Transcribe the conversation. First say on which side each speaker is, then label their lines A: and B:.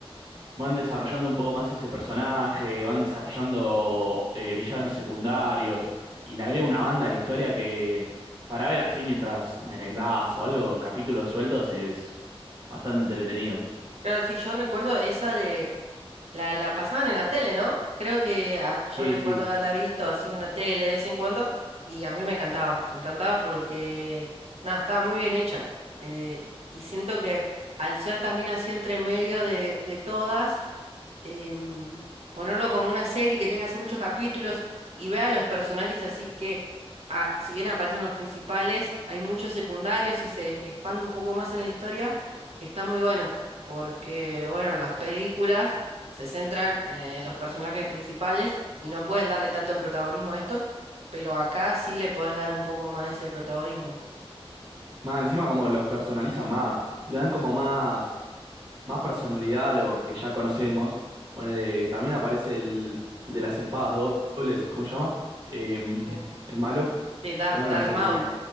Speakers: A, on the right; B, on the right.
A: Van desarrollando un poco más ese personaje, van desarrollando eh, villanos secundarios, y le agrega una banda a la historia que, para ver así mientras merendás o algo, capítulos sueltos, es bastante entretenido.
B: Claro, sí, yo recuerdo esa de, La, la pasaban en la tele, ¿no? Creo que ah, yo
A: Sí,
B: recuerdo
A: sí.
B: haberla visto así en la tele de vez en cuando y a mí me encantaba, me encantaba porque, nada, estaba muy bien hecha. Eh, y siento que al ser también así entre medio de, de todas, em, ponerlo como una serie que tenga así muchos capítulos y vea los personajes así que ah, si bien aparecen los principales, hay muchos secundarios y se expande un poco más en la historia, está muy bueno, porque bueno, las películas se centran en en los personajes principales y no pueden darle tanto protagonismo a estos, pero acá sí le podés dar un poco más de ese protagonismo.
A: Man, encima como los personalizan más, le dan como más, más personalidad a los que ya conocemos. Ponele, también aparece el, el de las espadas dobles, ¿cómo se llama? Em,
B: Sí,
A: el malo,
B: Sí, Dark,
A: ahora
B: Dark
A: no es
B: Maul.
A: el